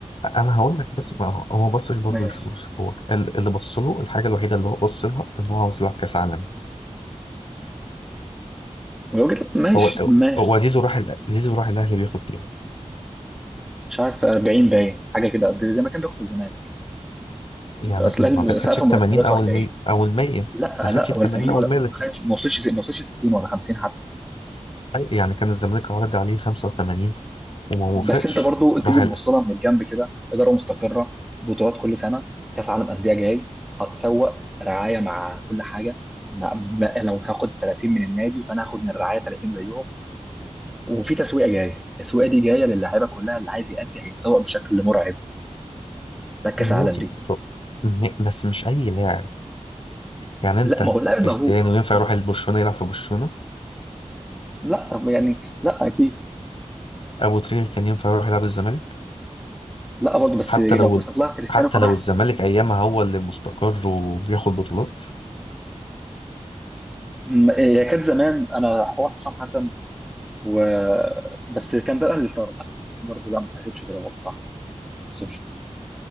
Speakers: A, on the left (about 45°); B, in the centre.
A: أنا هقول لك بس ما هو هو ما بصش برضو
B: ماشي
A: للفلوس هو ال- اللي بص له الحاجه الوحيده اللي هو بص لها ان هو عاوز يلعب كاس عالم
B: ولو جيت ماشي
A: هو
B: ماشي
A: هو زيزو راح ال- زيزو راح الاهلي بياخد
B: مش عارف 40 باين حاجه كده قد زي ما كان بياخد الزمالك
A: يعني
B: اصل
A: ما
B: الاهلي
A: بياخدش
B: سقف
A: ال
B: مرتباته
A: 80 او
B: 40
A: المل... او ال 100
B: لا
A: ما خدش
B: لا
A: ال
B: ولا
A: 80
B: 80
A: او
B: ولا
A: ال 100
B: ما
A: اللي
B: خدش-
A: في
B: ما وصلش ما وصلش 60 ولا 50
A: الحقيقة. يعني كان الزمالك عرض عليه 85 وما وافقش
B: بس انت برضو تيجي
A: راح
B: تبص
A: قال
B: لها من الجنب كده اداره مستقره بطولات كل سنه كاس عالم انديه جاي هتسوق رعايه مع كل حاجه مع ما لو هاخد 30 من النادي فانا هاخد من الرعايه 30 زيهم وفي تسويقه جايه التسويقه دي جايه للعيبه كلها اللي عايز يأدي هيتسوق بشكل مرعب ده كاس
A: ماشي
B: العالم دي
A: شوف، م- بس مش اي لاعب يعني
B: لا
A: انت
B: ما هو اللاعب موهوب
A: كريستيانو
B: اه
A: ينفع
B: اه
A: يروح لبرشلونة يلعب في برشلونة
B: لا يعني لا اكيد
A: ابو تريكة كان ينفع يروح يلعب الزمالك
B: لا برضه بس
A: حتى
B: لو
A: لو
B: بصيت لها كريستيانو
A: حتى
B: كان
A: لو
B: رايح
A: الزمالك
B: السيتي
A: ايامها هو اللي مستقر وبياخد بطولات
B: م- هي كانت زمان انا حوار حسام حسن و بس كان ده الاهلي اللي طرد برضه لا ما تحسبش كده برضه صح ما تحسبش